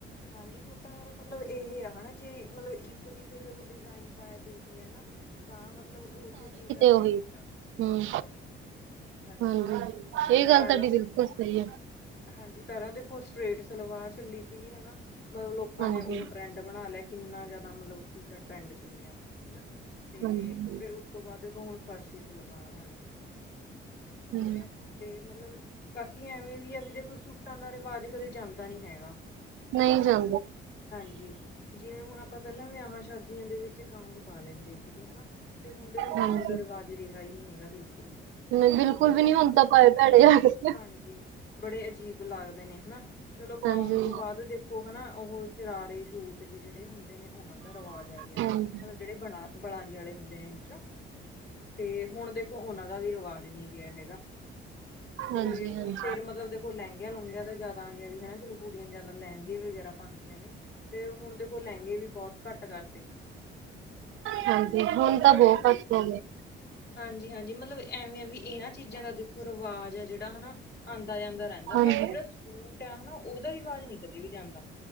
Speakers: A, on the left; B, on the right.
A: ਹਾਂਜੀ, ਸੂਟਾਂ ਦਾ ਤਾਂ ਮਤਲਬ ਇਹ ਆ ਹਨਾ, ਜੇ ਮਤਲਬ ਇੱਕ ਕਿਸੇ ਦੇ ਉਹ ਡਿਜ਼ਾਇਨ ਪਾਇਆ ਦੇਖ ਲਿਆ ਨਾ, ਤਾਂ ਮਤਲਬ ਓਸੇ ਚੀਜ਼ ਦਾ ਟਰੈਂਡ
B: ਓ, ਹੀ,
A: ਚੱਲਦਾ
B: ਹੁ,
A: ਹਾਂਜੀ
B: ਹੁਹੁ, ਇਹ ਗੱਲ
A: ਪਹਿਲਾਂ
B: ਤਾਡੀ
A: ਦੇ
B: ਬਿਲਕੁਲ ਸਈ ਐ।
A: ਹਾਂਜੀ ਪਹਿਲਾਂ ਦੇਖੋ ਸਟਰੇਟ ਸਲਵਾਰ ਚੱਲੀ ਸੀਗੀ ਹਨਾ, ਮਤਲਬ ਲੋਕਾਂ
B: ਹਾਂਜੀ।
A: ਨੇ ਉਹ ਟ੍ਰੈਂਡ। ਬਣਾ ਲਿਆ, ਕਿੰਨਾ ਜ਼ਿਆਦਾ ਮਤਲਬ ਉਸ ਚੀਜ਼ ਦਾ ਟਰੈਂਡ ਚੱਲਿਆ ਹਨਾ ਤੇ
B: ਹਾਂਜੀ, ਹਾਂਜੀ।
A: ਫਿਰ ਉਸ ਤੋਂ ਬਾਅਦ ਦੇਖੋ ਹੁਣ ਫਰਸ਼ੀ ਸਲਵਾਰ ਆ ਗਈ,
B: ਹੂੰ
A: ਠੀਕ ਐ। ਤੇ ਮਤਲਬ ਬਾਕੀ ਐਵੇਂ, ਵੀ, ਆ, ਵੀ ਦੇਖੋ ਸੂਟਾਂ ਦਾ ਰਿਵਾਜ ਕਦੇ ਜਾਂਦਾ ਨੀ ਹੈਗਾ।
B: ਨਈ ਜਾਂਦਾ।
A: ਹਾਂਜੀ, ਜਿਵੇਂ ਹੁਣ ਆਪਾਂ ਪੇਲਾਂ ਵਿਆਹਾਂ ਸ਼ਾਦੀਆਂ ਦੇ ਵਿੱਚ ਗਾਊਨ ਪਾ ਲੈਂਦੇ ਸੀਗੇ ਹਨਾ ਤੇ ਹੁਣ ਦੇਖੋ ਗਾਉਣ
B: ਹਾਂਜੀ।
A: ਦਾ ਰਿਵਾਜ ਰਿਹਾ ਹੀ ਨਹੀਂ ਹੈਗਾ ਬਿਲਕੁਲ ਵੀ।
B: ਨਈ ਬਿਲਕੁਲ ਵੀ ਨੀ ਹੁਨ ਤਾ ਪਾਏ ਭੈੜੇ ਆ ਗਏ।
A: ਹਾਂਜੀ ਬੜੇ ਅਜੀਬ ਲੱਗਦੇ ਨੇ ਹਨਾ, ਚਲੋ ਗਾਉਣ
B: ਹਾਂਜੀ,
A: ਤੋਂ ਬਾਅਦ ਦੇਖੋ। ਓ ਹਨਾ, ਉਹ ਸ਼ਰਾਰੇ ਸੂਟ ਜੇ ਜਿਹੜੇ ਹੁੰਦੇ ਨੇ, ਉਹਨਾਂ ਦਾ ਰਿਵਾਜ ਆ ਗਿਆ
B: ਹਾਂਜੀ,
A: ਹ,
B: ਹਾਂਜੀ।
A: ਜਿਹੜੇ ਬਣਾ ਬਲਾਂਜੇ ਵਾਲੇ ਹੁੰਦੇ ਨੇ ਵਿਚੋਂ, ਤੇ ਹੁਣ ਦੇਖੋ ਉਹਨਾਂ ਦਾ ਵੀ ਰਿਵਾਜ ਨੀ। ਗੇਆ ਹੈਗਾ। ਤੇ
B: ਹਾਂਜੀ,
A: ਹੁਣ
B: ਹਾਂਜੀ।
A: ਫੇਰ ਮਤਲਬ ਦੇਖੋ ਲਹਿੰਗਿਆਂ ਲੂੰਘਿਆ ਦਾ ਜ਼ਾਦਾ ਆ ਗਿਆ ਵੀ ਹਨਾ ਚਲੋ ਕੁੜੀਆਂ ਜਿਆਦਾ ਪਰ ਲਹਿੰਗੇ ਵਗੈਰਾ ਪਾਉਂਦੀਆਂ ਨੇ, ਫੇਰ ਹੁਣ ਦੇਖੋ ਲਹਿੰਗੇ ਵੀ ਬੋਤ ਘੱਟ ਕਰਤੇ।
B: ਹਾਂਜੀ ਹੁਣ ਤਾਂ
A: ਮਤਲਬ
B: ਬੋਤ ਕੁਛ ਹੋ ਗੇਆ।
A: ਹਾਂਜੀ- ਹਾਂਜੀ ਮਤਲਬ ਐਵੇਂ ਆ ਵੀ ਏਹਨਾਂ ਚੀਜ਼ਾਂ ਦਾ ਦੇਖੋ ਰਿਵਾਜ ਹੈ ਜੇੜਾ ਹਨਾ ਆਂਦਾ ਜਾਂਦਾ ਰਹਿ। ਦਾ
B: ਹਾਂਜੀ,
A: ਬਾਕੀ ਜਿਹੜਾ ਸੂਟ ਆ ਹਨਾ ਓਹਦਾ ਰਿਵਾਜ਼ ਨਈ ਕਦੇ ਵੀ ਜਾਂਦਾ।